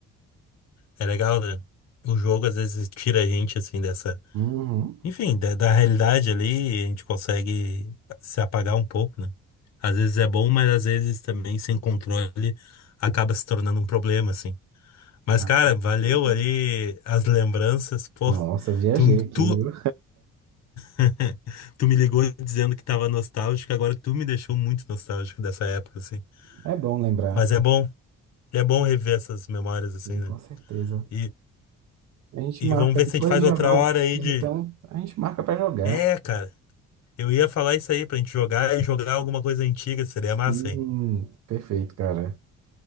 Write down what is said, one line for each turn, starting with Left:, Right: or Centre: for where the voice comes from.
Left: é legal, né? O jogo às vezes tira a gente, assim, dessa.
Right: Uhum.
Left: Enfim, da, da realidade ali, a gente consegue se apagar um pouco, né? Às vezes é bom, mas às vezes também, sem controle, acaba se tornando um problema, assim. Mas,
Right: Ah,
Left: cara, valeu
Right: beleza.
Left: aí as lembranças, pô.
Right: Nossa, viajei
Left: Tu,
Right: aqui,
Left: tu,
Right: viu?
Left: <laughs> tu me ligou dizendo que tava nostálgico, agora tu me deixou muito nostálgico dessa época, assim.
Right: É, é bom lembrar,
Left: Mas é bom. É bom rever essas memórias assim,
Right: sim,
Left: né?
Right: com certeza.
Left: E,
Right: A gente
Left: e
Right: marca
Left: vamos ver
Right: depois
Left: se a gente faz
Right: de jogar
Left: outra
Right: alguma
Left: hora
Right: coisa,
Left: aí de.
Right: então a gente marca pra jogar.
Left: É, cara, eu ia falar isso aí pra gente jogar e jogar alguma coisa antiga, seria massa,
Right: Sim,
Left: hein?
Right: perfeito, cara.